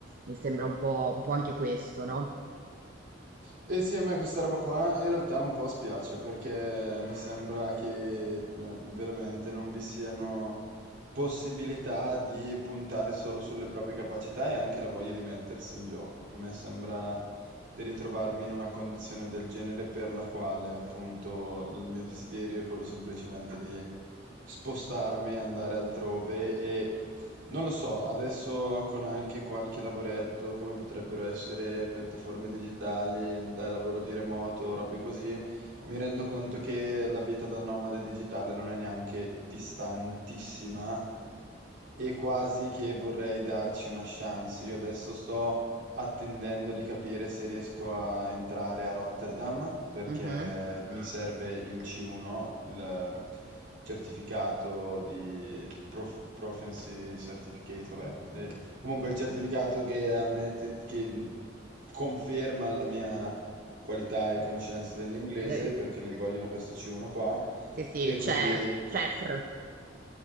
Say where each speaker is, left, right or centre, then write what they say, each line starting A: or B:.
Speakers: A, on the right (about 50°); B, on the right (about 75°).
A: Mi sembra un po', un po' anche questo, no?
B: E sì, a me questa roba qua in realtà un po' spiace perché mi sembra che eh, veramente non vi siano possibilità di puntare solo sulle proprie capacità e anche la voglia di mettersi in gioco. A me sembra di ritrovarmi in una condizione del genere per la quale appunto il mio desiderio è quello semplicemente di spostarmi, andare altrove e non lo so, adesso con anche qualche lavoretto, come potrebbero essere piattaforme digitali, da lavoro di remoto, robe così, mi rendo conto che la vita da nomade digitale non è neanche distantissima e quasi che vorrei darci una chance. Io adesso sto attendendo di capire se riesco a entrare a Rotterdam perché
A: Mhm.
B: mi serve il C1, il certificato di prof- Proficiency Certificate, vabbè, eh, comunque il certificato che, ammette- che conferma la mia qualità e conoscenza dell'inglese
A: Eh,
B: perché li vogliono questo C1 qua
A: Sì, sì, il
B: e quindi
A: CERF, CERFR,